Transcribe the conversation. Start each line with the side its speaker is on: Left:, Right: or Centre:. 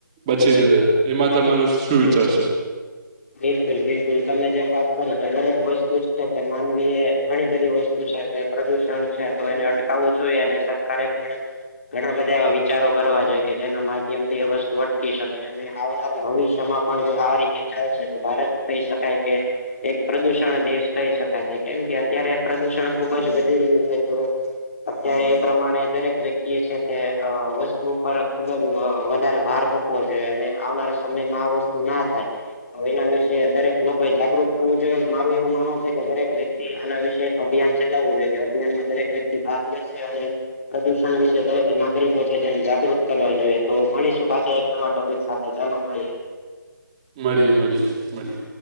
Right: બચીને રહે, એમાં તમારું શું વિચાર છે?
Left: બિલકુલ, બિલકુલ. તમે જેમ વાત કરો, તો દરેક વસ્તુ છે, કે માનવીએ. ઘણી બધી વસ્તુ છે, તે પ્રદુષણ છે, તો એને અટકાવવું જોઈએ અને સરકારે પણ. ઘણા બધા એવા વિચારો કરવા જોઈએ કે, જેના માધ્યમથી એ વસ્તુ અટકી શકે, અને આવનારા ભવિષ્યમાં. પણ જોઆ રીતે ચાલશે, તો ભારત કહી શકાય કે એક પ્રદુષણ દેશ કહી શકાય છે, કેમ કે અત્યારે પ્રદુષણ ખુબ જ વધી રહ્યું છે, તો. અત્યારે એ પ્રમાણે દરેક વ્યક્તિએ છે, તે વસ્તુ. પર ખુબ જ વધારે ભાર મૂકવો જોઈએ, અને આવનારા સમયમાં આ વસ્તુ ના થાય. તો એના વિશે દરેક લોકોએ જાગૃત થવું જોઈએ, અને મારું એવું માનવ છે, કે દરેક વ્યક્તિ આના વિશે. અભિયાન ચલાવું જોઈએ કે, અભિયાનમાં દરેક વ્યક્તિ ભાગ લેશે, અને પ્રદૂષણ વિશે દરેક નાગરિકો છે, તેને જાગૃત કરવા જોઈએ, તો મળીશું પાછા એક નવા ટોપિક સાથે. હા, ચાલો મળી.
Right: મળીએ, મળીએ, મળીએ.